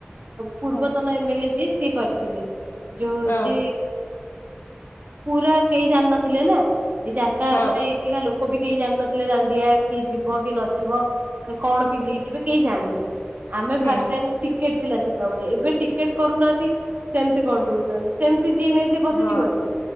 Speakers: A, on the right; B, on the left.
A: ପୂର୍ବତନ
B: ହଁ
A: ଏମ ଏ ଲେ ଯିଏ ସେ କରିଥିଲେ ଯୋଉ ହଉଛି
B: ହଁ
A: ପୁରା କେହି ଜାଣିନଥିଲେ ନା ଏଇ ଜାରକା
B: ହୁଁ
A: ମାନେ ଏଇଠିକା ଲୋକ ଲୋକ ବି କେହି ଜାଣିନଥିଲେ ଦାଣ୍ଡିଆ କିଏ ଯିବ କିଏ ନଯିବ କଣ ପିନ୍ଧିକି ଯିବେ କେହି ଯାଆନ୍ତିନି। ଆମେ
B: ହୁଁ
A: ଫାଷ୍ଟ ଟାଇମ୍ ଟିକେଟ ଥିଲା, ସେତେବେଳେ ଏବେ ଟିକେଟ କରୁନାହାନ୍ତି ସେମିତି କରିଦଉଛନ୍ତି। ତ ଯିଏ ନାଇଁ ସିଏ ପଶି
B: ହଁ
A: ଯିବନି।